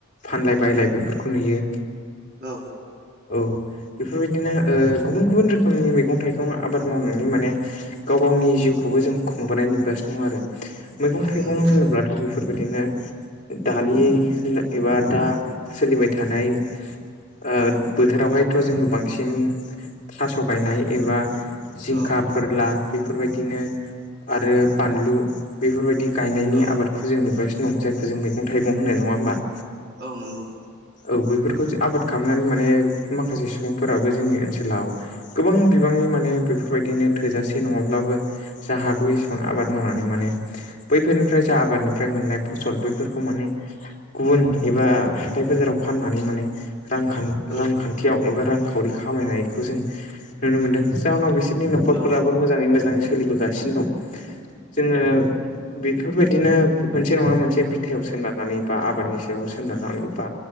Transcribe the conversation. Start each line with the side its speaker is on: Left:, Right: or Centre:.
Left: फानलाय बायलाय बेफोरखौ नुयो।
Right: औ।
Left: औ बेफोरबायदिनो ओ गुबुन गुबुन रोखोमनि मैगं थाइगं आबाद मावनानै माने गाव गावनि जिउखौबो जों खुंबोनाय नुगासिनो दं आरो मैगं
Right: औ
Left: थाइगं
Right: नंगौ
Left: होनोब्लाथ' बेफोरबायदिनो दानि एबा दा सोलिबाय थानाय ओ बोथोरावहायथ' जोङो बांसिन थास' गायनाय एबा जिंखा
Right: औ
Left: फोरला बेफोरबायदिनो आरो बानलु बैफोरबायदि गायनायनि
Right: औ
Left: आबादखौ जों नुगासिनो दं जायखौ जों मैगं थाइगं होनो नङा होमबा
Right: औ नंगौ
Left: औ बेैफोरखौ जे आबाद खामनानै माने माखासे सुबुंफोराबो जोंनि ओनसोलाव गोबां बिबांनि माने बेफोरबायदिनो थोजासे नङाब्लाबो जा हागौ इसेबां आबाद मावनानै माने बैफोरनिफ्राय जा आबादनिफ्राय मोननाय फसल बेैफोरखौ माने गुबुन एबा हाथाय बाजाराव फाननानै माने रां खान रांखान्थियाव
Right: औ
Left: एबा रांखावरि खामायनायखौ जों नुनो मोनदों। जाउनाव बिसोरनि न'खरफोराबो
Right: औ
Left: मोजाङै मोजां सोलिबोगासिनो दं। जोङो बेफोरबायदिनो मोनसे नङा मोनसे बिथायाव सोनारनानै बा आबादनि सायाव सोनारनानै बा